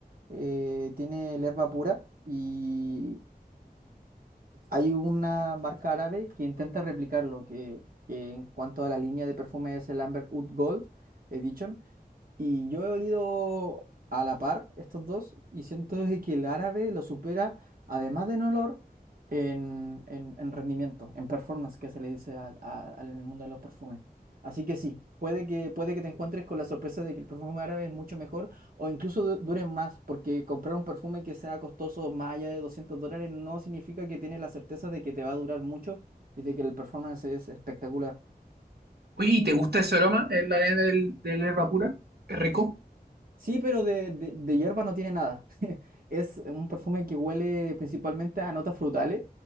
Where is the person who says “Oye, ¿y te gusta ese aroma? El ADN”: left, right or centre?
Right